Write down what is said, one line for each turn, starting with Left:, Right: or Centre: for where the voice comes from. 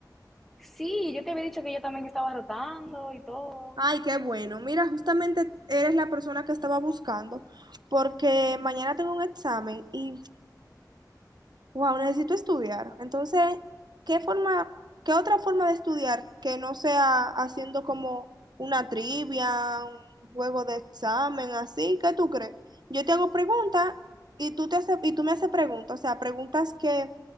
Centre: Sí, yo te había dicho que yo también estaba rotando y todo.
Right: Ay, qué bueno. Mira, justamente eres la persona que estaba buscando porque mañana tengo un examen y Wow, necesito estudiar. Entonces, ¿qué forma, qué otra forma de estudiar que no sea haciendo como una trivia, un juego de examen, así? ¿Qué tú crees? Yo te hago preguntas y tú te haces, y tú me haces preguntas, o sea, preguntas que,